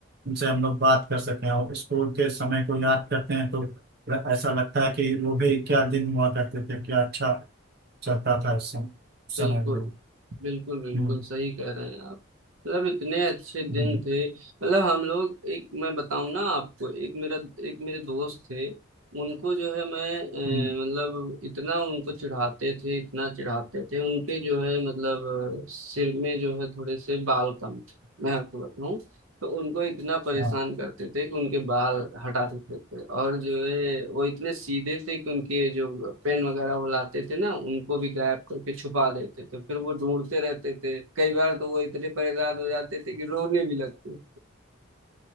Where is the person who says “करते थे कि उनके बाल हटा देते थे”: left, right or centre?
Right